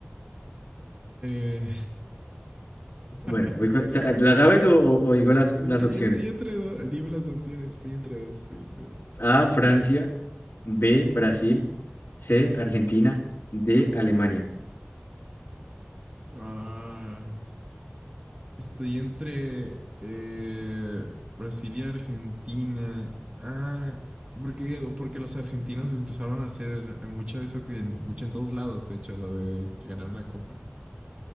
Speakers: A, on the right (about 30°); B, on the left (about 65°).
A: Eh,
B: Bueno,
A: <laughs>
B: voy con- ¿la sabes o, o- o digo las, las
A: estoy,
B: opciones?
A: estoy entre dos. Dime las opciones. Estoy entre dos. Estoy entre dos.
B: A, Francia, B, Brasil, C, Argentina, D, Alemania.
A: Ah, estoy entre eh, Brasil y Argentina. Ah, porque, porque los argentinos empezaron a hacer mucho de eso en, mucho en todos lados, de hecho, lo de que ganaron la copa.